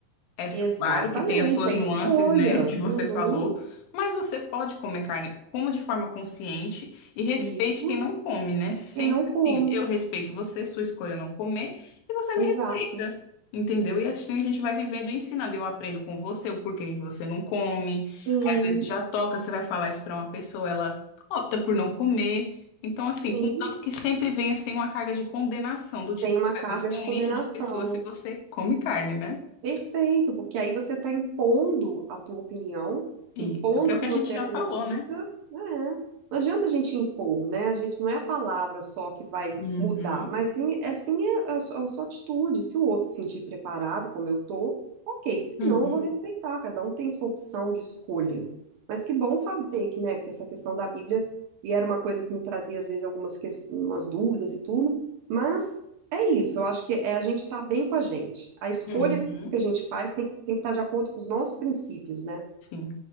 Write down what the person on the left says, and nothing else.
é s-
claro que tem as suas
nuances,
né, que você
falou, mas você pode comer carne, coma de forma consciente e respeite
quem não come, né? Sempre
assim, eu respeito você, sua escolha não comer, e você
me respeita, entendeu? E assim a gente vai vivendo e ensinando. Eu aprendo com você o porquê que você não come.
Aí, Às vezes já toca, você vai falar isso para uma pessoa, ela opta por não comer. Então, assim,
contanto que sempre venha sem uma carga de condenação,
do tipo,
ah, você é
um
lixo de pessoa se você come carne, né?
Isso,
que é
o
que a
gente já
falou, né?
Uhum,
uhum,
uhum.
Sim,